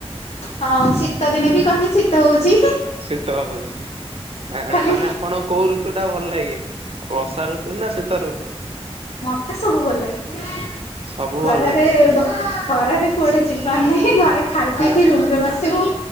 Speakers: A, on the left (about 85°); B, on the right (about 65°).
A: ହଁ ଶୀତ ଦିନେ ବି କହିବେ ଶୀତ ହଉଛି।
B: ଶିତ ହଉଛି
A: ଖାଲି
B: ମାନେ ଆପଣଙ୍କୁ କୋଉ ଋତୁ ଟା ଭଲ ଲାଗେ? ବର୍ଷା ଋତୁ ନା ଶୀତ ଋତୁ
A: ମତେ ସବୁ ଭଲ ଲାଗେ।
B: ସବୁ
A: ଖରାରେ
B: ଭଲ ଲାଗେ
A: ବ ଖରାରେ କୁଆଡେ ଯିବାର ନାହିଁ ଘରେ। ଖାଇ ପିଇକି
B: ହଁ
A: ରୁମ୍ ରେ ବସିବୁ